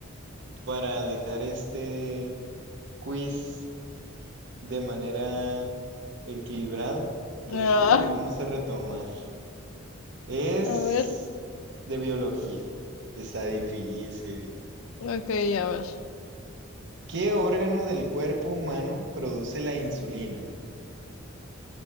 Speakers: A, on the right (about 60°); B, on the left (about 85°).
A: para dejar este quiz de manera equilibrada, porque
B: Ah,
A: luego lo vamos a retomar. Es
B: a ver.
A: de biología. Está difícil.
B: Ok, a ver.
A: ¿Qué órgano del cuerpo humano produce la insulina?